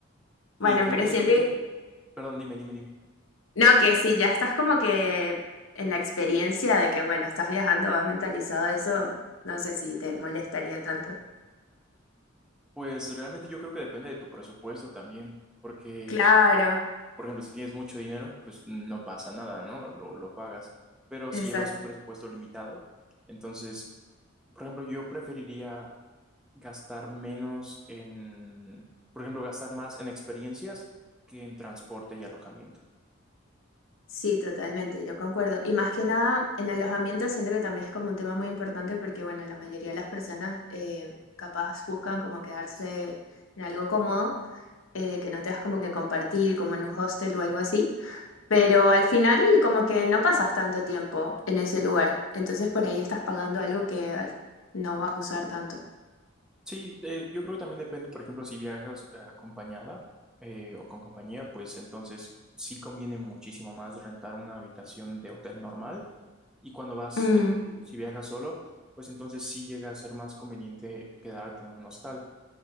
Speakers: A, on the left; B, in the centre.
A: Bueno,
B: Y como
A: pero
B: que
A: siento,
B: lo que, perdón, dime, dime, dime.
A: no, que si ya estás como que en la experiencia de que, bueno, estás viajando, vas mentalizado a eso, no sé si te molestaría tanto.
B: Pues realmente yo creo que depende de tu presupuesto también, porque
A: Claro,
B: Por ejemplo, si tienes mucho dinero, pues no pasa nada, ¿no? Lo, lo pagas. Pero
A: exacto.
B: si llevas un presupuesto limitado, entonces, por ejemplo, yo preferiría gastar menos en, por ejemplo, gastar más en experiencias que en transporte y alojamiento.
A: Sí, totalmente, yo concuerdo. Y más que nada, en alojamiento siento que también es como un tema muy importante porque, bueno, la mayoría de las personas eh, capaz buscan como quedarse en algo cómodo, eh, que no tengas como que compartir, como en un hostel o algo así. Pero al final como que no pasas tanto tiempo en ese lugar. Entonces por ahí estás pagando algo que al- no vas a usar tanto.
B: Sí, eh, yo creo que también depende, por ejemplo, si viajas eh, acompañada eh, o con compañía, pues entonces sí conviene muchísimo más rentar una habitación de hotel normal y cuando vas,
A: Mm,
B: eh, si viajas solo, pues entonces sí llega a ser más conveniente quedarte en un hostal,